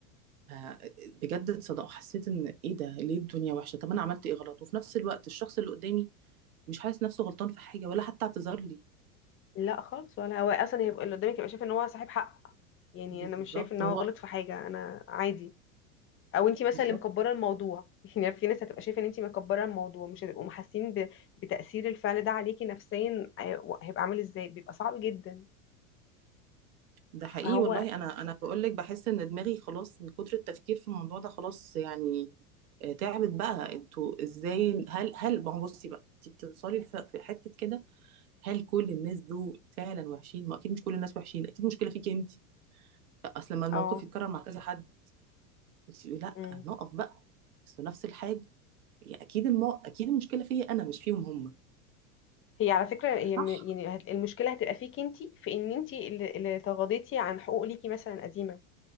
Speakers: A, on the right; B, on the left.
A: ف- بجد اتصدق حسيت ان ايه ده ليه الدنيا وحشه طب انا عملت ايه غلط وفي نفس الوقت الشخص اللي قدامي مش حاسس نفسه غلطان في حاجه ولا حتى اعتذر لي
B: لا خالص ولا هو اصلا يبقى اللي قدامك يبقى شايف ان هو صاحب حق يعني
A: بالظبط
B: انا مش شايف ان هو
A: هو
B: غلط في حاجة انا عادي او انتي مثلا
A: بالظبط
B: اللي مكبرة الموضوع <laughs> يعني في ناس هتبقى شايفة ان انتي مكبرة الموضوع مش هتبقوا محاسين ب... بتأثير الفعل ده عليكي نفسيا هي- هيبقى عامل ازاي بيبقى صعب جدا
A: ده حقيقي
B: فهو
A: والله انا انا بقول لك بحس ان دماغي خلاص من كتر التفكير في الموضوع ده خلاص يعني آه، تعبت بقى انتوا ازاي هل هل ما هو بصي بقى انت بتوصلي لف- في حته كده هل كل الناس دول فعلا وحشين ما اكيد مش كل الناس وحشين اكيد المشكله فيكي انت اصل لما الموقف
B: اه
A: يتكرر مع كذا حد انت تقولي لا
B: امم
A: نقف بقى بس نفس الحاجه يا اكيد المو... اكيد المشكله فيا انا مش فيهم هم
B: هي على فكرة
A: ف-
B: هي
A: صح
B: م- يعني هت... المشكلة هتبقى فيكي انتي في ان انتي اللي, اللي تغاضيتي عن حقوق ليكي مثلا قديمة